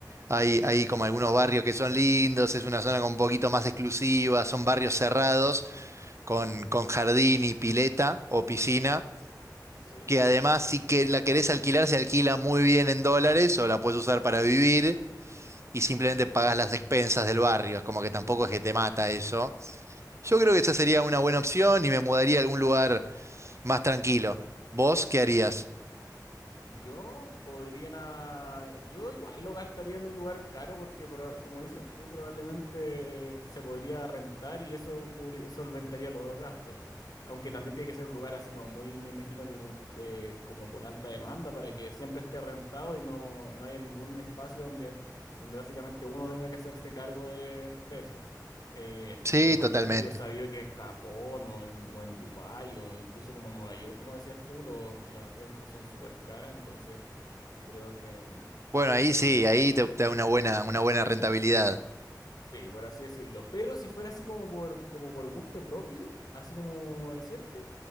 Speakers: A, on the right; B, on the left.
A: hay, hay como algunos barrios que son lindos, es una zona con un poquito más exclusiva, son barrios cerrados, con,
B: Claro.
A: con jardín y pileta o piscina,
B: Sí.
A: que además si que la querés alquilar, se alquila muy bien en dólares o la puedes usar para vivir. y simplemente
B: Ajá.
A: pagas las expensas del barrio. Es como que tampoco es que te mata eso. Yo creo que esa sería una buena opción y me mudaría a algún lugar más tranquilo. ¿Vos qué harías?
B: Yo podría, yo igual lo gastaría en un lugar caro porque proba- como dices tú, probablemente se podría rentar y eso cubri- solventaría los dos gastos. Aunque también tiene que ser un lugar así como muy, me imagino que con, eh, como con alta demanda para que siempre esté rentado y no, no haya ningún espacio donde, donde básicamente uno tenga que hacerse cargo de, de eso. Eh,
A: Sí,
B: pero por
A: totalmente.
B: ejemplo, yo sabía que en Japón o en, o en Dubái o incluso como en Nueva York, como decías tú, lo- las rentas son súper caras, entonces creo que, mm,
A: Bueno, ahí
B: que
A: sí, ahí te, te
B: ujú,
A: da una buena, una buena rentabilidad.
B: sí, por así decirlo. Pero si fuera así como por, como por gusto propio, así como decirte,